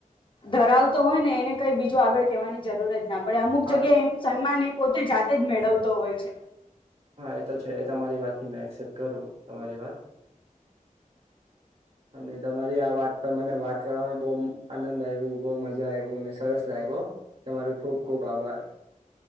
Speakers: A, on the left; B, on the right.
A: ધરાવતો હોય ને એને કઈ બીજું આગળ કહેવાની જરૂર જ ના પડે અમુક
B: હા
A: જગ્યા ઇન્સાન માં એ પોતે જાતે મળવતો હોય છે.
B: હા એ તો છે એ તમારી વાત તે મે એક્સસપ્ત કરું તમારી વાત અને તમારી આ વાત પર મને વાત કરવામા બોઓ આનંદ આવ્યુ બોઓ મજા જ આયુંવું અને સરસ લાગ્યો તમારો ખુબ ખુબ આભાર